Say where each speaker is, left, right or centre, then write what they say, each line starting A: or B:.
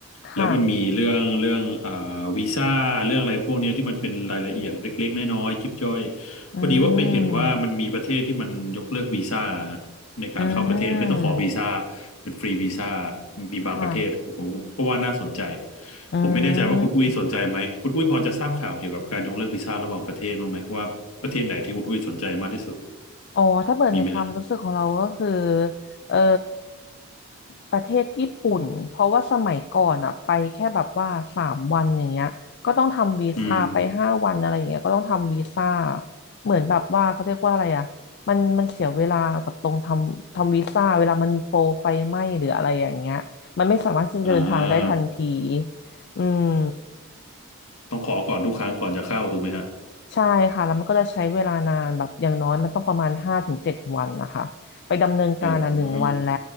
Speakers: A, on the left; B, on the left.
A: ค่ะ
B: แล้วมันมีเรื่องเรื่องอ่าวีซ่าเรื่องอะไรพวกเนี้ยที่มันเป็นรายละเอียดเล็กๆน้อยๆยิบย่อย
A: อืม
B: พอดีว่าไปเห็นว่ามันมีประเทศที่มันยกเลิกวีซ่า ในการเข้าประเทศไม่ต้องขอวีซ่า
A: อืม
B: เป็นฟรีวีซ่ามีบางประเทศผมผมก็ว่าน่าสนใจ
A: ค่ะ อื
B: ผมไม่แน่ใจว่าคุณอุ้ยสนใจไหมคุณอุ้ยพอจะทราบข่าวเกี่ยวกับการยกเลิกวีซ่าระหว่างประเทศบ้างไหมว่าประเทศไหนที่คุณอุ้ยสนใจมากที่สุด
A: ม อ๋อถ้าเปิดในความรู้สึกของเราก็คือ
B: มีไหมฮะ
A: เออประเทศญี่ปุ่นเพราะว่าสมัยก่อนอะไปแค่แบบว่าสามวันอย่างเงี้ยก็ต้องทำวีซ่าไปห้าวันอะไรอย่างเงี้ยก็ต้องทำวีซ่า
B: อืม
A: เหมือนแบบว่าเขาเรียกว่าอะไรอะมันมันเสียเวลากับตรงทำทำวีซ่าเวลามันมีโปรไฟไหม้หรืออะไรอย่างเงี้ยมันไม่สามารถที่จะเดินทางได้ทันที
B: อ่า
A: อืม
B: ต้องขอก่อนทุกครั้งก่อนจะเข้าถูกไหมฮะ
A: ใช่ค่ะแล้วมันก็จะใช้เวลานานแบบอย่างน้อยมันต้องประมาณห้าถึงเจ็ดวันนะคะไปดำเนินการอ่ะหนึ่งวันและ
B: โอ้อืม